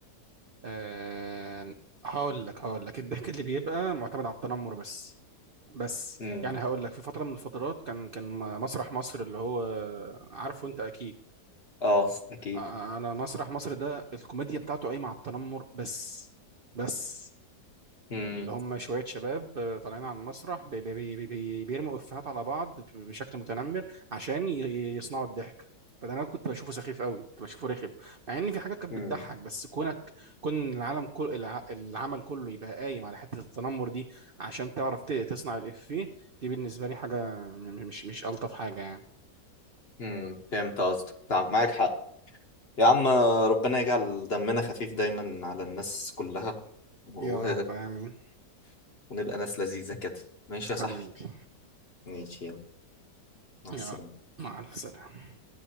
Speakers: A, on the right (about 55°); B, on the left (about 40°).
A: آه، هقول لك هقول لك الضحك اللي بيبقى معتمد على التنمر بس بس
B: امم
A: يعني هقول لك في فترة من الفترات كان كان م- مسرح مصر اللي هو عارفه انت اكيد
B: اه اكيد
A: آه، انا مسرح مصر ده الكوميديا بتاعته قايمة على التنمر بس بس
B: امم
A: اللي هم شوية شباب آه، طالعين على المسرح بي بي بي بي بيرموا إفيهات على بعض بشكل متنمر عشان ي- يصنعوا الضحك فده انا كنت بشوفه سخيف قوي كنت بشوفه رخم مع ان في حاجات كانت
B: امم
A: بتضحك بس كونك كون العالم كل الع- العمل كله يبقى قايم على حتة التنمر دي عشان تعرف ت- تصنع الإفيه دي بالنسبة لي حاجة م- م- مش مش ألطف حاجة يعني
B: امم فهمت قصدك طب معاك حق يا عم ربنا يجعل دمنا خفيف دايما على الناس كلها و...
A: يا رب آمين
B: <laughs> ونبقى ناس لذيذة كده ماشي
A: حبيبي
B: يا صاحبي ماشي يلا. مع
A: يا
B: السلامة
A: رب مع ألف سلامة